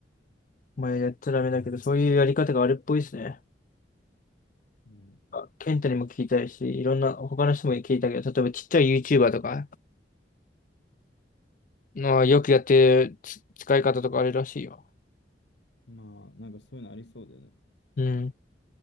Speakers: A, on the left; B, on the left.
A: まあやっちゃダメだけど、そういうやり方があるっぽいですね。
B: うん。
A: あケンタにも聞いたいし、いろんな、他の人も聞いたけど、例えばちっちゃい YouTuber とか、まあ、よくやってるつ使い方とかあるらしいよ。
B: まあ、なんかそういうのありそうだよね。
A: うん。